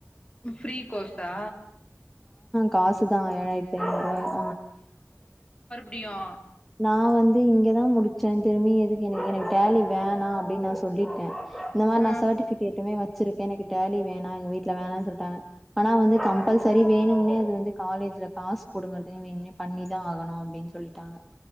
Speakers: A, on the left; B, in the centre.
A: ஃப்ரீ கோர்சா
B: காசு தா ஏழாய்தி ஐநூறு ரூவா
A: அப்டியா
B: நா வந்து இங்கதா முடிச்சே திரும்பி எதுக்கு எனக்கு எனக்கு டேலி வேணா அப்டின்னு நா சொல்லிட்டே இந்த மாரி
A: ம்
B: நா சர்ட்டிபிகேட்டுமே வச்சிருக்கே எனக்கு டேலி வேணா எங்க வீட்ல வேணானு சொல்லிட்டாங்க ஆனா வந்து கம்பல்சரி வேணும்னே அது வந்து காலேஜ்ல காசு புடுங்கறதுன்னே வேணும்னே பண்ணிதா ஆகணு அப்டின்னு சொல்லிட்டாங்க